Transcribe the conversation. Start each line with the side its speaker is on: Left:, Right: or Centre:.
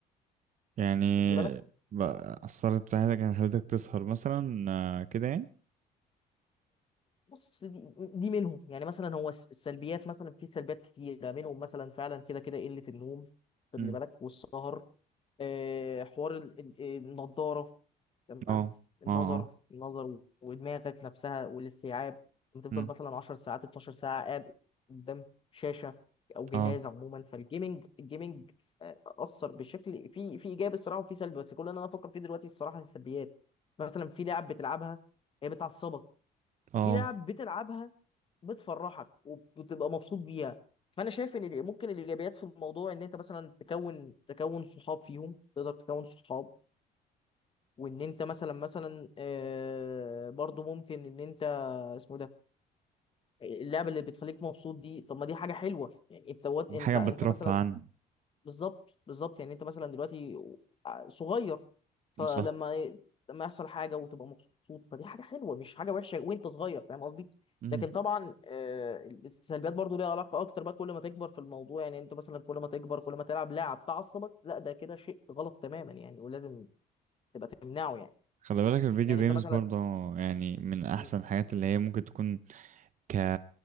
Right: يعني
Left: خلي بالك
Right: بقى أثرت في حياتك يعني خلتك تسهر مثلا آه، كده يعني
Left: بص دي, دي منهم يعني مثلا هو الس- السلبيات مثلا في سلبيات كتيرة منهم مثلا فعلا كده كده قلة النوم خد
Right: امم
Left: لي بالك والسهر آه حوار ال- ال- النضارة تمام
Right: اه
Left: النظر
Right: اه
Left: النظر ودماغك نفسها والاستيعاب بتفضل
Right: امم
Left: مثلا 10 ساعات 12 ساعة قاعد قدام شاشة أو جهاز
Right: اه امم
Left: عموما فالجيمنج الجيمنج آه، أثر بشكل في في إيجابي الصراحة وفي سلبي بس كل اللي أنا بفكر فيه دلوقتي الصراحة السلبيات مثلا في لعب بتلعبها هي بتعصبك
Right: اه
Left: وفي لعب
Right: اه
Left: بتلعبها بتفرحك وبتبقى مبسوط بيها فانا شايف ان ال- ممكن الايجابيات في الموضوع ان انت مثلا تكون تكون صحاب فيهم تقدر تكون صحاب وان انت مثلا مثلا آه، برضو ممكن ان انت اسمه إيه ده اللعبه اللي بتخليك مبسوط دي طب ما دي حاجه حلوه يعني انت وات- انت
Right: حاجة
Left: انت
Right: بترفع
Left: مثلا
Right: عن
Left: بالظبط بالظبط يعني انت مثلا دلوقتي صغير فلما
Right: صح
Left: لما يحصل حاجه وتبقى مبسوط فدي حاجه حلوه مش حاجه وحشه وانت صغير فاهم قصدي
Right: امم
Left: لكن طبعا آه، السلبيات برضو ليها علاقه اكتر بقى كل ما تكبر في الموضوع يعني انت مثلا كل ما تكبر كل ما تلعب لعب تعصبك لا ده كده شيء غلط تماما يعني ولازم تبقى تمنعه يعني
Right: خلي بالك الفيديو
Left: يعني
Right: جيمز
Left: انت مثلا
Right: برضه يعني من أحسن
Left: م-
Right: الحاجات اللي هي ممكن تكون ك